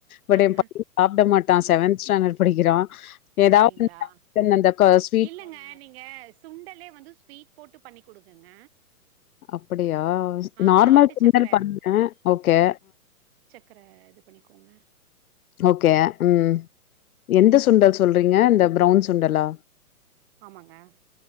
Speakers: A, on the left; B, on the right.
A: பட்
B: ஆ
A: என் <inaudible>
B: ஆ
A: ஆப்ட மாட்டா செவன்த் ஸ்டேண்டட் படிக்கிறா
B: அப்டிங்களா
A: ஏதாவ்து <inaudible> தின் அந்த காஸ்
B: இல்லங்க நீங்க சுண்டலே வந்து ஸ்வீட் போட்டு பண்ணி் குடுங்கங்க
A: அப்படியா
B: ஆ
A: நார்மல்
B: நாட்டு சக்கர
A: <inaudible> பண்ண ஓகே
B: கற இது பண்ணிக்கோங்க
A: ஓகே ம் எந்த சுண்டல் சொல்றீங்க இந்த ப்ரவுன் சுண்டலா
B: ஆமாங்க